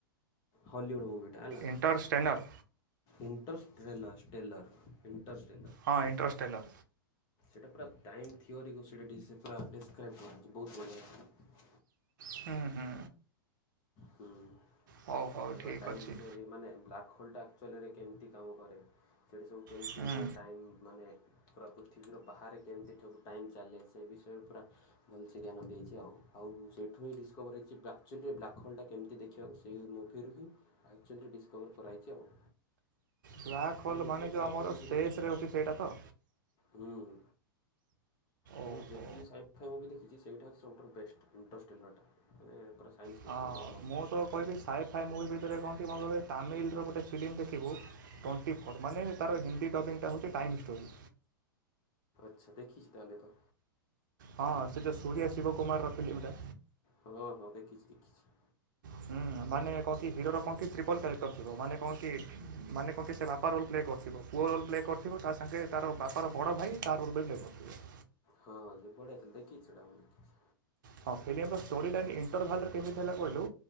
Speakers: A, on the left (about 35°); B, on the right (about 60°).
A: ହଲିିଉଡ ମୁଭିି ଟା ହେଲା
B: ଇଣ୍ଟରଷ୍ଟେନର୍
A: ଇଣ୍ଟ୍ରଷ୍ଟ୍ରେଲର। ଟେଲର୍ ଇଣ୍ଟଷ୍ଟି।
B: ହଁ ଇଣ୍ଟରଷ୍ଟ୍ରେଲର।
A: ସେଇଟା ପୁରା ଟାଇମ୍ ଥିଓରିକୁ ସେଇଟା ଠିକ୍ ସେ ପୁରା ଡିସ୍କ୍ରାଇବ କରାଯାଇଛି ବହୁତ ବଢିଆହେଇଛି।
B: ହୁଁ ହୁଁ
A: ହୁଁ। ସେଟା
B: ହଉ ହଉ
A: ପୁରା
B: ଠିକ୍
A: ଟାଇମ୍
B: ଅଛି
A: ଥିଓରି ମାନେ ବ୍ଲାକ୍ ହୋଲ୍ଟା ଟା ଅଞ୍ଚଲରେ କେମିତି କାମ କରେ। ସେଇଠା ସବୁ କେମିତି
B: ହୁଁ
A: ହୁଏ ଟାଇମ୍ ମାନେ ପୁରା ପୃଥିବୀର ବାହାରେ କେମିତି ଠାକୁ ଟାଇମ୍ ଚାଲେ ସେ ବିଷୟରେ ପୁରା ଭଲସେ ଜ୍ଞାନ ଦେଇଛି ଆଉ ଆଉ ସେଇଠୁ ହିଁ ଡିସକଭର୍ ହେଇଚି ଆକ୍ଚୁଆଲିରେ ବ୍ଲାକ୍ ହୋଲ୍ଟା ଟା କେମିତି ଦେଖିବାକୁ ସେଇ ମୁଭିରୁ ହିଁ <unintelligible> ଡିସ୍କଭର୍ କରାଯାଇଚି ଆଉ।
B: ବ୍ଲାକ୍ ହୋଲ
A: ମୁଁ ଯେତିକି
B: ମାନେ ଯୋଉ
A: ସାଇଫାଇ
B: ଆମର
A: ମୁଭି
B: ସ୍ପେସ୍
A: ଦେଖି
B: ରେ ଅଛି ସେଇଟା ତ?
A: ହୁଁ ମୁଁ
B: ଓହୋ।
A: ଯେତିକି ସାଇ ଫାଇ ମୁଭି ଦେଖିଛି ସେଇଟା ହଉଚି ସବୁଠାରୁ ବେଷ୍ଟ ଇଂଟରେଷ୍ଟ ଟେଲର ଟା ମାନେ ପୁରା ସାଇନ୍ସ
B: ହଁ
A: ଫିକ୍ସନର ମସ୍ତ
B: ମୁଁ ତ କହିବି
A: ଏଇଟା
B: ସାଇଫାଏ ମୁ ଭିତରେ କଣ କି ମ କହିବି ତାମିଲର ଗୋଟେ ଫିଲ୍ମ ଦେଖିବୁ ଟୋଣ୍ଟିଫୋର୍ ମାନେ ତାର ହିନ୍ଦୀ ଡବିଙ୍ଗ୍ ଟା ହେଉଚି ଟାଇମ୍ ଷ୍ଟୋରି।
A: ଆଚ୍ଛା ଦେଖିଚି ତାହେଲେ ତ।
B: ହଁ ସେ ଯୋଉ ସୂରିୟା ଶିବ କୁମାର ର ଫିଲ୍ମ ଟା।
A: ହଁ ହଁ ଦେଖିଚି ଦେଖିଚି।
B: ହୁଁ ମାନେ କଣ କି ହିରୋର କଣ କି ଟ୍ରିପଲ କ୍ୟାରେକ୍ଟର ଥିବ। ମାନେ କଣ କି ମାନେ କଣ କି ସେ ବାପା ରୋଲ୍ ପ୍ଲେ କରିଥିବ। ପୁଅ ରୋଲ୍ ପ୍ଲେ କରିଥିବ ତା ସାଙ୍ଗେ ତାର ବାପାର ବଡ ଭାଇ ତା ରୋଲ ବି ପ୍ଲେ କରୁଥିବ।
A: ହଁ ସେ ବଢିଆ ଥି ଦେଖିଛି ଏଟା ମୁଁ ଦେଖଛି।
B: ହଁ ଫିଲ୍ମ ର ଷ୍ଟୋରି ବି ଇଣ୍ଟରଭାଲ କେମିତି ହେଲା କହିଲୁ